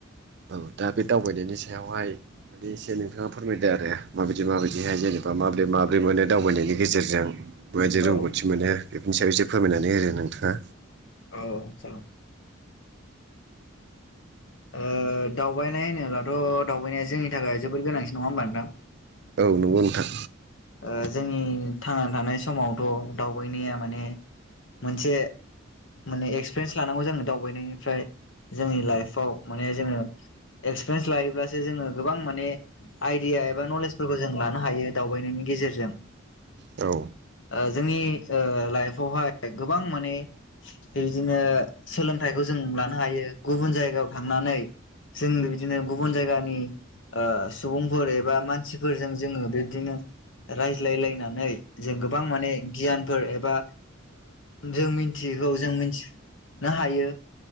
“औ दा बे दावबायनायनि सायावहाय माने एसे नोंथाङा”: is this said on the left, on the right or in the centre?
Right